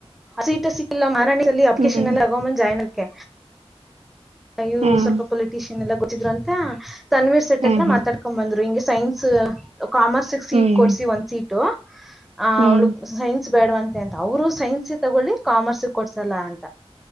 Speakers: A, in the centre; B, on the right.
A: ಸೀಟ ಸಿಕ್ಕಿಲ್ಲ ಮರಣ. ಚ ಅಪ್ಲಿಕೇಶನ್
B: ಹ್ಮ್
A: ಎಲ್ಲ ಆಗೋನ್ ಜಾಯ್ನ್ಕ್ಕೆ. ಇವರು
B: ಹ್ಮ್
A: ಸ್ವಲ್ಪ ಪೊಲಿಟಿಷಿಯನ್ ಎಲ್ಲ ಗ. ಿದ್ರು ಅಂತ. ತನ್ೀರ್ ಸಟ್ಟತ್ರ
B: ಹ್ಮ್
A: ಮಾತಾಡ್ಕೊಂಡ ಬಂದ್ರು. ಸೈನ್ಸ್. ಕಾಮರ್ಸ್ಕ್ ಸೀಟ್
B: ಹ್ಮ್
A: ಕೊಡ್ಸಿ
B: ಹ್ಮ್
A: ಒಂದ್ ಸೀಟ್. ತ. ಆ
B: ಹ್ಮ್
A: ಅವ್ಳಗ್ ಸೈನ್ಸ್ ಬೇಡವಂತೆ ಅಂತ ಅವರು ಸೈನ್ಸ್ ತಗೊಳ್ಳಿ ಕಾಮರ್ಸ್ ಕೊಡ್ಸಲ್ಲ ಅಂತ.